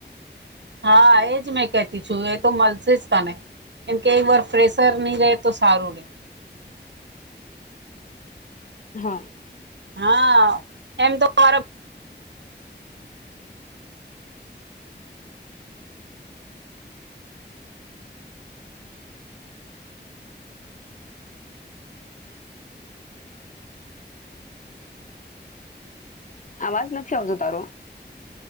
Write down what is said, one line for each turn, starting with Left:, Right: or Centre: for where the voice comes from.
Right: હા એજ મેં કતી છું એ તો મળશે જ કને કેમકે એક વાર પ્રેશર નહી રે તો સારું રે.
Left: હા.
Right: હા એમ તો મારે
Left: અવાજ નથી આવજો તારો